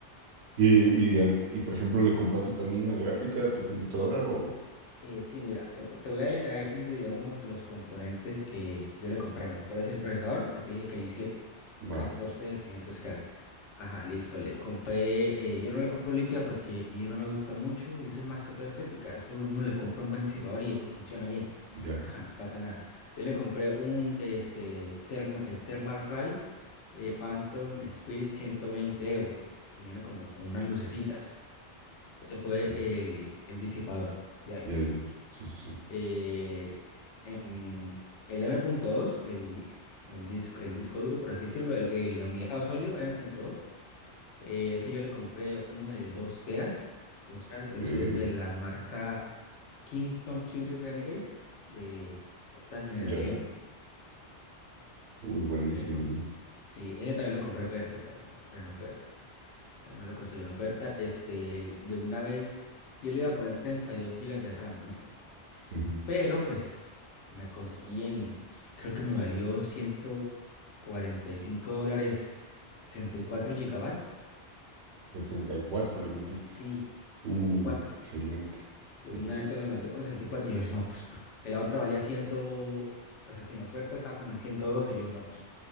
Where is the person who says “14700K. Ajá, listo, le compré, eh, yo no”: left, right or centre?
Left